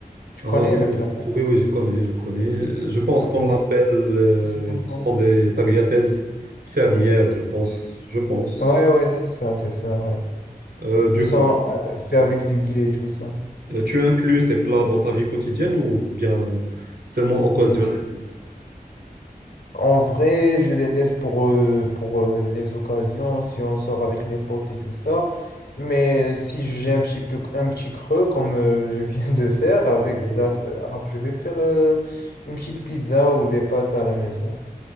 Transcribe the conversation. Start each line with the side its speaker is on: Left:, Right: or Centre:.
Left: Tu
Right: Ah,
Left: connais le plat?
Right: oui, oui, je connais, je connais. Je pense qu'on
Left: Mais
Right: l'appelle, euh,
Left: hyper bon.
Right: ce sont des tagliatelles fermières, je pense, je pense.
Left: Ouais, ouais, c'est ça, c'est ça. ouais.
Right: Euh, du
Left: Ils sont
Right: coup,
Left: euh, faits
Right: oui.
Left: avec du blé et tout ça.
Right: Euh, tu inclus ces plats dans ta vie quotidienne ou bien seulement occasionnellement?
Left: Bien, en vrai, je les laisse pour, euh, pour euh, les occasions, si on sort avec les potes et tout ça. Mais si j'ai un petit peu un petit creux comme euh, je <laughs> viens de faire avec
Right: Oui,
Left: d'ac-
Right: oui.
Left: euh, alors je vais faire euh, une petite pizza ou des pâtes à la maison.